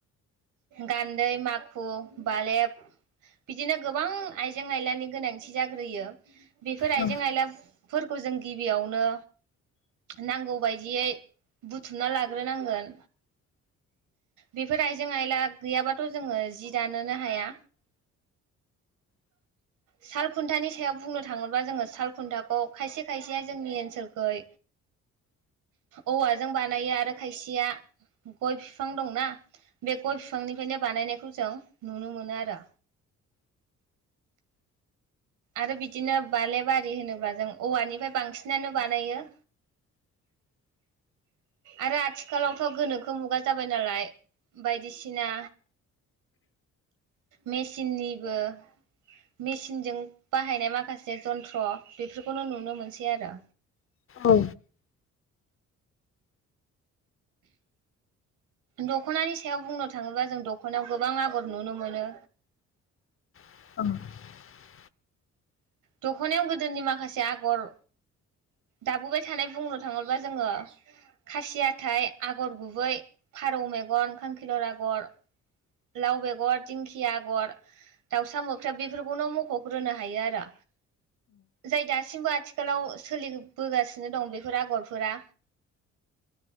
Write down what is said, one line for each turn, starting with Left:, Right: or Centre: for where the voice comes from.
Right: गान्दै माखु बालेब बिदिनो गोबां आइजें आयलानि गोनांथि जाग्रोयो। बेफोर आइजें
Left: औ
Right: आइला फोरखौ जों गिबियावनो नांगौ बायदियै बुथुमना लाग्रोनांगोन बेफोर आइजें आयला गैयाबाथ' जोङो जि दानोनो हाया। साल खुन्थानि सायाव बुंनो थाङोब्ला जोङो। सालखुनथा ग खायसे खायसेया जोंनि ओनसोलखै औवाजों बानायो आरो खायसेया गय फिफां दंना बे गय फिफांनिफ्रायनो बानायनायखौ जों नुनो मोनो आरो। आरो बिदिनो बालेबारि होनोब्ला जों औवानिफाय बांसिनानो बानायो। आरो आथिखालावथ गोनोखो मुगा जाबाय नालाय बायदिसिना मेसिननिबो मेचिनजों बाहायनाय माखासे जन्थ्र बेफोरखौनो नुनो मोनसै आरो।
Left: औ।
Right: दख'नानि सायाव बुंनो थाङोबा जों दख'नायाव गोबां आगर नुनो मोनो।
Left: <inaudible>
Right: दख'नायाव गोदोनि माखासे आगर दाबोबाय थानाय बुंनो थाङोबोब्ला जोङो खासि हाथाय, आगर गुबै, फारौ मेगन, खांखिलर आगर लाव बेगर, दिंखिया आगर, दाउसा मोख्रेब बेफोरखौनो मख'ग्रोनो हायो आरो। जाय दासिमबो आथि खालाव सोलिबोगासिनो दं बेफोर आगरफोरा।